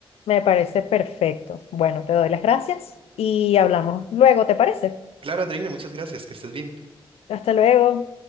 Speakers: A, on the left; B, on the right.
A: Me parece perfecto. Bueno, te doy las gracias y hablamos luego, ¿te parece?
B: Claro, Andreina, muchas gracias. Que estés bien.
A: Hasta luego.